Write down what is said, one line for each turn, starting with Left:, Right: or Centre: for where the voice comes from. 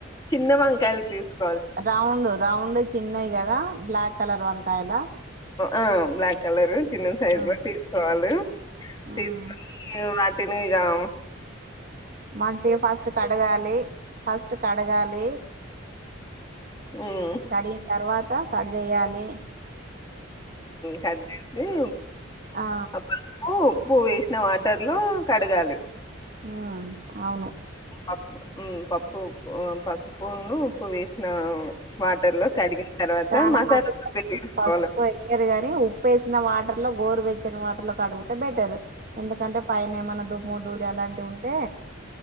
Left: చిన్న వంకాయలు తీసుకు
Right: రౌండ్ రౌండ్ చిన్నయి కదా బ్లాక్ కలర్ వంకాయలా
Left: ఆ బ్లాక్ కలరు తన్న సైజ్
Right: ఆ
Left: మా తీసుకోవాల
Right: ఆ
Left: తె స మాటి న గవ
Right: మంచిగా ఫస్ట్ కడగాలి ఫస్ట్ కడగాలి
Left: ఉమ్
Right: కడి తరువాత కట్ చెయ్యాలి
Left: కద్ద ఏ
Right: ఆ
Left: అప్పుడు ఉప్పు వేసిన వాటర్ లో కడగాలి
Right: హ అవును
Left: పప్పు పప్పు ఉప్పు పసుపున్న ఉప్పు వేసిన వాటర్ లో కడిగిన తర్వాత
Right: చాలా
Left: మసాలా
Right: మంది
Left: ప్రిపేర్ చేసుకోవాలి
Right: పసుపు అయ్యారు గాని ఉప్పుఏసిన వాట వాటర్ లో గోరువచ్చని వాటర్ లో కడుడిగితే బెటర్ ఎందుకంటే పైన ఏమన్నా దుమ్ము దూలి అలాంటివి ఉంటే